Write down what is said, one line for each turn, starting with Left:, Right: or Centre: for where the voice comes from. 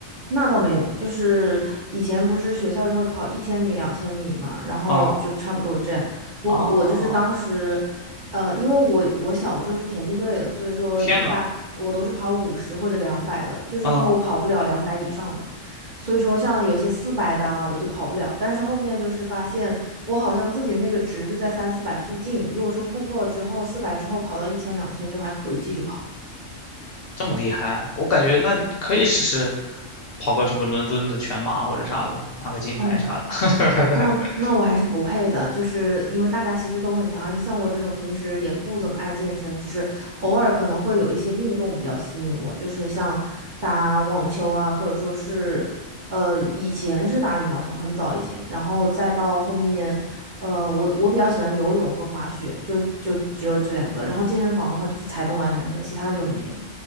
Right: 那倒没有，就是以前不是学校就会跑一千米、两千米嘛，然后就差不多这样。
Left: 啊、
Right: 我我就是当时，
Left: 啊！
Right: 呃，因为我我小的时候是田径队的，所以说一般我都是跑五十或者两百的，
Left: 天呐，
Right: 就是因为我跑不了两百以上的，
Left: 嗯，
Right: 所以说像有些四百的啊，我就跑不了。但是后面就是发现我好像自己那个值就在三四百附近，如果说突破了之后，四百之后跑到一千、两千就还可以继续跑。
Left: 这么厉害啊，我感觉那可以试试跑个什么伦敦的全马或者啥的，拿个金牌啥的。
Right: 嗯嗯，那那我还是不配的，
Left: <laughs>
Right: 就是因为大家其实都很强，而且像我这种平时也不怎么爱健身，只是偶尔可能会有一些运动比较吸引我，就是像打网球啊，或者说是呃以前是打羽毛球，很早以前，然后再到后面，呃我我比较喜欢游泳和滑雪，就就只有这两个，然后健身房的话就是踩动感单车，其他就没了。